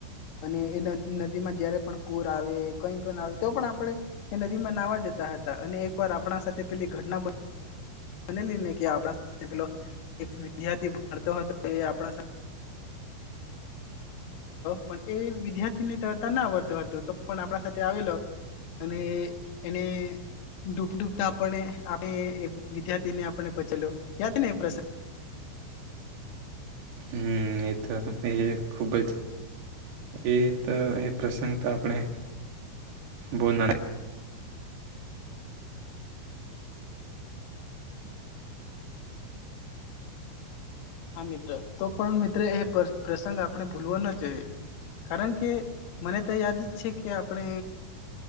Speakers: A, on the left; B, on the right.
A: અને એ નદી માં જયારે પણ પૂર આવે કઈ પણ આવે તો પણ આપણે, એ નદી માં નાહવા જતા હતા અને એક વાર આપણા સાથે પેલી ઘટના બ મને આપ પેલો, વિદ્યાર્થી ભણતો હતો એ આપલો પણ એ વિદ્યાર્થીને તતા ના આવડતો હતો તો પણ આપણા સાથે આવેલો, અને એને ડૂબ ડતા આપને આપ વિદ્યાર્થી ને આપણે બચેલો યાદ નહી પ્રસંગ.
B: હમ એ તો એ ખુબ જ એ તો એ પ્રસંગ તો આપણે બોલના
A: હા મિત્ર તો પણ મિત્ર એ પ્રસંગ આપ આપણે ભૂલવા ન જોઈએ કારણ કે મને તો યાદ જ છે કે આપણે